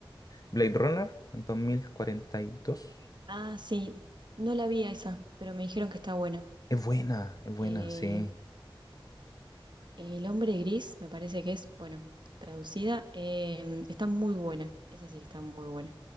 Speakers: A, on the left; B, on the right.
A: Blade Runner en dos. mil cuarenta y dos.
B: Ah, sí. No la vi a esa, pero me dijeron que está buena.
A: Es buena, es buena,
B: Eh,
A: sí.
B: El hombre gris, me parece que es, bueno, traducida, eh, está muy buena. Esa sí que está muy buena.